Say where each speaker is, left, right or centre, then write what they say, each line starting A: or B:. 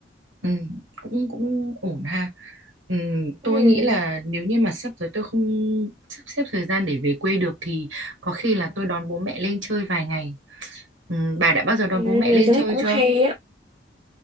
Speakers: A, on the right; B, on the right.
A: Ừ, cũng cũng ổn ha. Ừ,
B: ừ,
A: tôi nghĩ là nếu như mà sắp tới tôi không sắp xếp thời gian để về quê được thì có khi là tôi đón bố mẹ lên chơi vài ngày. Ừ, bà đã bao giờ đón
B: ừ,
A: bố mẹ lên
B: tôi
A: chơi
B: thấy cũng
A: chưa?
B: hay á